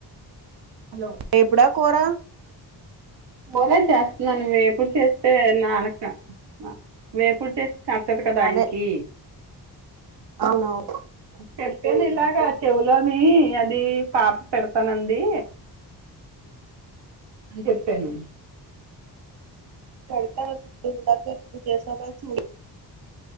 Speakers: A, on the right; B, on the right.
A: హలో
B: వేపుడా కూరా
A: మునగాకు చేస్తున్నాను వేపుడు చేస్తే నానక న వేపుడు చేస్ నచ్చదు కదా ఆయనకి
B: అదే అవునవును
A: చెప్పేను ఇలాగా చెవులోని అది పాప పెడతానంది అని చెప్పాను
B: పెడతా ఇందాకే నువ్వు చేసాక చూ